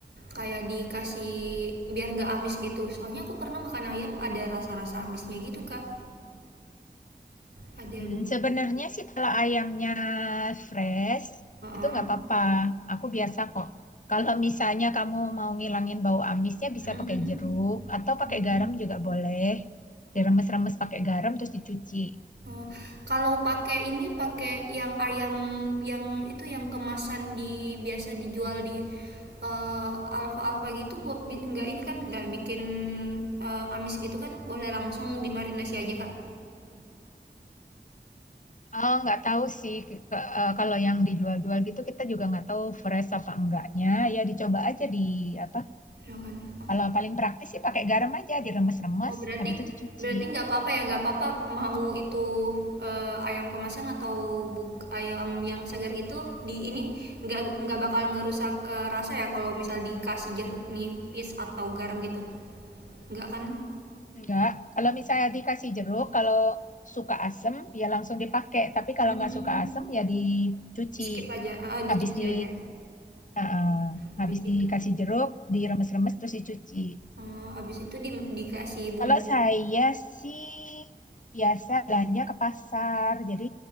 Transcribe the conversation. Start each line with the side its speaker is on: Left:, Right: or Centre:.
Right: Kayak dikasih biar nggak amis gitu. Soalnya aku pernah makan ayam ada rasa-rasa amisnya gitu, Kak. Ada
Left: Hmm,
Right: bumbu.
Left: sebenarnya sih kalau ayamnya fresh
Right: Heeh.
Left: itu nggak apa-apa. Aku biasa kok. Kalau misalnya kamu mau ngilangin bau amisnya bisa
Right: Mhm
Left: pakai
Right: mhm,
Left: jeruk atau pakai
Right: mhm.
Left: garam juga boleh. Diremes-remes pakai garam terus dicuci.
Right: Oh, kalau pakai ini, pakai yang ayam yang itu yang kemasan di biasa dijual di, eee, Alfa-Alfa gitu bo bi nggak ini kan, nggak bikin, eee, amis gitu kan? Boleh langsung dimarinasi aja, Kak?
Left: Oh, nggak tahu sih ke- ke- eh, kalau yang dijual-jual gitu kita juga nggak tahu fresh apa enggaknya. Ya dicoba aja di apa?
Right: ya kan? Oh.
Left: Kalau paling praktis sih pakai garam aja diremes-remes
Right: Oh, berarti
Left: habis itu dicuci.
Right: berarti nggak apa-apa ya, nggak apa-apa mau itu eh, ayam kemasan atau buk ayam yang segar gitu di ini nggak nggak bakal ngerusak eh, rasa ya kalau misal dikasih jeruk nipis atau garam gitu. Nggak kan?
Left: Enggak, kalau misalnya dikasih jeruk, kalau suka asem ya langsung dipakai. Tapi
Right: Hmm,
Left: kalau nggak suka asem ya dicuci.
Right: di skip aja, ah, di
Left: Habis di
Right: aja.
Left: eh, eh,
Right: Habis
Left: habis
Right: itu.
Left: dikasih jeruk, diremes-remes terus dicuci.
Right: Oh, habis itu di- dikasih bumbu
Left: Kalau saya sih biasa belanja ke pasar, jadi